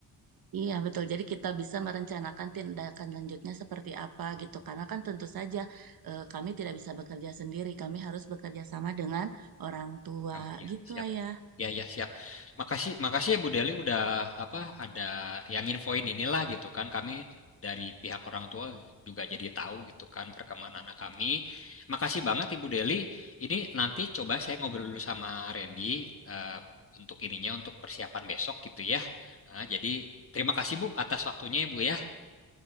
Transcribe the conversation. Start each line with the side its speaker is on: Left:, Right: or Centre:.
Right: Iya betul. Jadi kita bisa merencanakan tindakan lanjutnya seperti apa gitu. Karena kan tentu saja eh, kami tidak bisa bekerja sendiri. Kami harus bekerja sama dengan orang tua
Left: Oh iya,
Right: gitu
Left: siap.
Right: ayah.
Left: Ya ya siap. Makasih makasih ya Bu Deli udah apa ada yang infoin inilah gitu kan. Kami dari pihak orang tua juga jadi tahu gitu kan perkembangan anak kami. Makasih banget Ibu Deli. Ini nanti coba saya ngobrol dulu sama Randy eh, untuk ininya untuk persiapan besok gitu ya. Eh, jadi terima kasih Bu atas waktunya ya Bu ya.